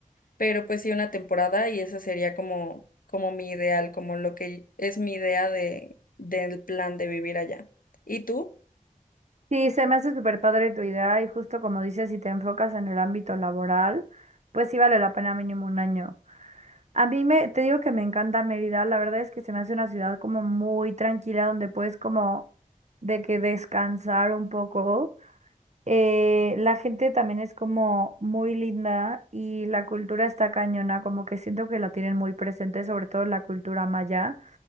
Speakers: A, on the left (about 80°); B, on the right (about 55°).
A: pero pues sí una temporada y ese sería como, como mi ideal, como lo que es mi idea de, del plan de vivir allá. ¿Y tú?
B: Sí, se me hace súper padre tu idea y justo como dices, si te enfocas en el ámbito laboral, pues sí vale la pena mínimo un año. A mí me, te digo que me encanta Mérida, la verdad es que se me hace una ciudad como muy tranquila donde puedes como de que descansar un poco. eh, la gente también es como muy linda y la cultura está cañona, como que siento que la tienen muy presente, sobre todo la cultura maya.